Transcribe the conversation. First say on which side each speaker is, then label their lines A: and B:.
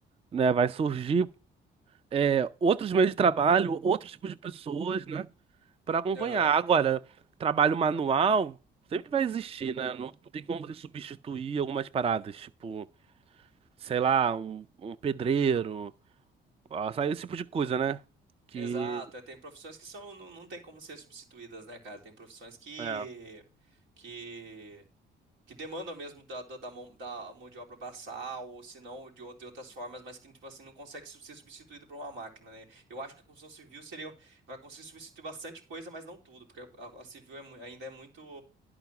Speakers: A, on the right; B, on the right.
A: né? Vai surgir é, outros meios de trabalho, outros tipos de pessoas, né? Pra acompanhar.
B: aham.
A: Agora, trabalho manual sempre vai existir, né? Não, não tem como você substituir algumas paradas, tipo, sei lá, um, um pedreiro, ó, sabe? esse tipo de coisa, né? Que.
B: Exato, é, tem profissões que são, não, não tem como ser substituídas, né, cara? Tem profissões que,
A: é.
B: que, que demandam mesmo da, da, da mão, da mão de obra braçal, ou se não, de, ou- de outras formas, mas que, tipo assim, não consegue su- ser substituído por uma máquina, né? Eu acho que a construção civil seria, vai conseguir substituir bastante coisa, mas não tudo, porque a, a civil é mu- ainda é muito,